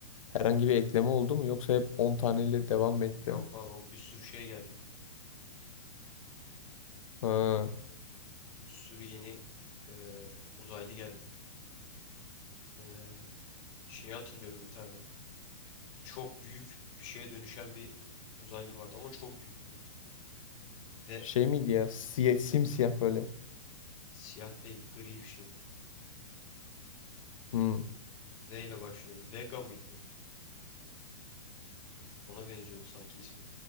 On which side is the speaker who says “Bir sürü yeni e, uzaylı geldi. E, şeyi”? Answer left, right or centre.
Left